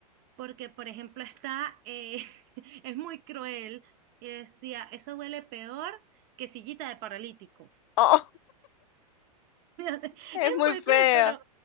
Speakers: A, on the right; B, on the left.
A: porque por ejemplo está, eh, <laughs> es muy cruel, y decía, eso huele peor que sillita de paralítico.
B: Oh,
A: <laughs>
B: es
A: Es
B: muy
A: muy
B: feo.
A: cruel, pero,